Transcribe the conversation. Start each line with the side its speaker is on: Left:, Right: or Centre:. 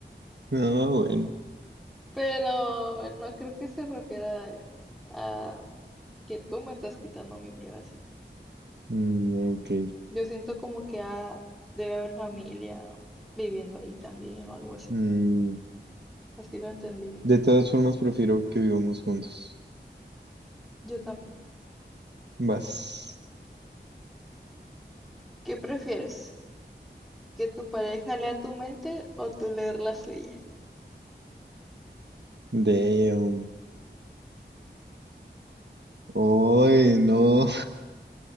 Right: No, bueno.
Centre: Pero no creo que se refiera a que tú me estás quitando mi privacidad.
Right: Mm, ok.
Centre: Yo siento como que ah, debe haber familia viviendo ahí también o algo así.
Right: Mm,
Centre: pues. Así lo entendí yo.
Right: de todas formas, prefiero que vivamos juntos.
Centre: Yo también.
Right: Vas.
Centre: ¿Qué prefieres? ¿Que tu pareja lea tu mente o tú leer la suya?
Right: Damn. Ay, no.